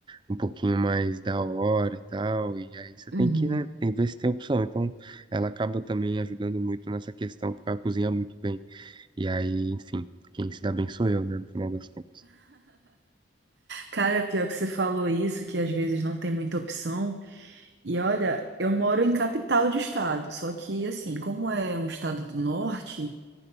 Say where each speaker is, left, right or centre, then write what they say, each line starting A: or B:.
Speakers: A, on the right; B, on the right.
A: um pouquinho mais da hora e tal, e aí você tem
B: Uhum.
A: que, né, tem, ver se tem opção. Então, ela acaba também ajudando muito nessa questão, porque ela cozinha muito bem. E aí, enfim, quem se dá bem sou eu, né, no final das contas.
B: Cara, pior que você falou isso, que às vezes não tem muita opção. E olha, eu moro em capital de estado, só que assim, como é um estado do norte,